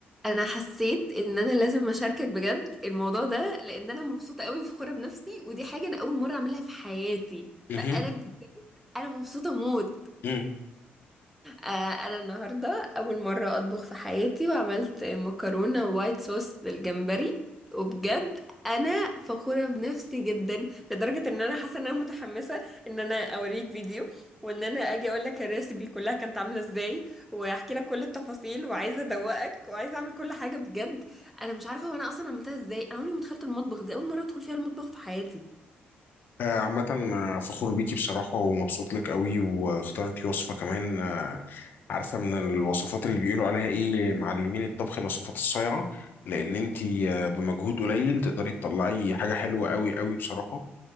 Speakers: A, in the centre; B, on the left (about 55°).
A: انا حسيت ان انا لازم اشاركك بجد الموضوع ده لان انا مبسوطه قوي فخوره بنفسي ودي حاجه انا اول مره اعملها في حياتي
B: مهم.
A: فانا بجد انا مبسوطه موت
B: مم.
A: آه، انا النهارده اول مره اطبخ في حياتي وعملت مكرونه وايت صوص بالجمبري وبجد انا فخوره بنفسي جدا لدرجه ان انا حاسه ان انا متحمسه ان انا اوريك فيديو وان انا اجي اقول لك الريسبي كلها كانت عامله ازاي واحكي لك كل التفاصيل وعايزه ادوقك وعايزه اعمل كل حاجه بجد انا مش عارفه وانا اصلا عملتها ازاي انا عمري ما دخلت المطبخ دي اول مره ادخل فيها المطبخ في حياتي
B: آه، عامة آه، فخور بيكي بصراحة ومبسوط لك قوي واخترتي وصفة كمان آه، عارفة من الوصفات اللي بيقولوا عليها ايه معلمين الطبخ الوصفات الصايعة لأن انتي آه، بمجهود قليل تقدري تطلعي حاجة حلوة قوي قوي بصراحة